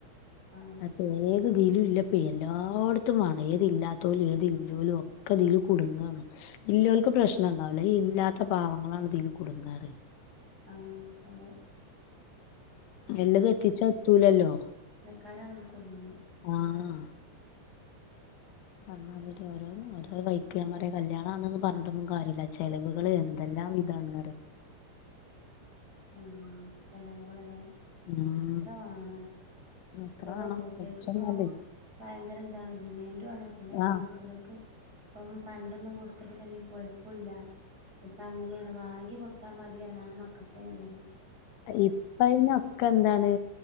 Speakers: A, on the right (about 20°); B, on the left (about 80°).
A: ആഹ്
B: അതേത് ഇതിലും ഇല്ലപ്പ എല്ലായിടത്തുംമാണ് ഏത് ഇല്ലാത്തോലും ഏത് ല്ലോലും ഒക്കെ ഇതിൽ കുടുങ്ങാണ് ഇല്ലോല്ക്ക് പ്രശ്നം ഉണ്ടാവലേ ഇല്ലാത്ത പാവങ്ങളാണ് ഇതിൽ കുടുങ്ങാറ്
A: ആഹ് അതെ
B: നല്ലത് എത്തിച്ചാത്തൂലല്ലോ
A: കാരാണ് ഇതീ കുടുങ്ങുന്നെ
B: ആഹ്. പറഞ്ഞാതി ഓരോന്ന ഓരോ വൈക്കയാൻ പറ കല്യാണം അന്നൊന്നും പറഞ്ഞിട്ടൊന്നും കാര്യമില്ല ചെലവുകൾ എന്തെല്ലാം വിതാണ്
A: ഉ ചെലവുകളല്ലെ
B: ഉം
A: ഇത്ര വാണം.
B: എത്ര
A: ഇപ്പൊ പെൺകുട്ടികൾക്ക്
B: വേണം കുറച്ചൊന്നല്ലേ
A: ഇപ്പൊ ഭയങ്കര ഇതാണ് ഡിമാൻഡു ആണ് പിന്നെ പെൺകുട്ടികൾക്ക്
B: ആഹ്
A: ഇപ്പം പണ്ടൊന്നും കൊടുത്തി അങ്കി കൊയപ്പുല്ല. ഇപ്പൊ അങ്ങനെയാണ് വാണെങ്കി കൊടുത്താ മ എവനാണ് മക്കൾക്ക് നല്ലടി
B: ഇപ്പഴ് ന ഒക്ക എന്താണ്